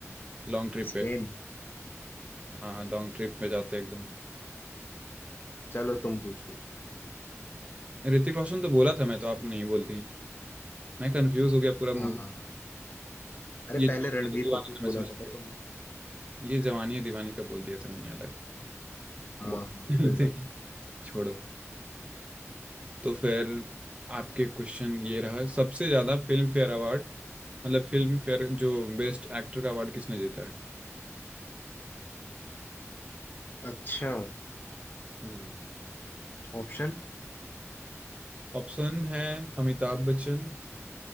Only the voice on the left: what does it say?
स्पेन
चलो तुम पूछो
हाँ
अरे
पहले
रणबीर
कपूर
बोला
था ना
तुमने
हाँ
हाँ कोई बात
अच्छा
ऑप्शन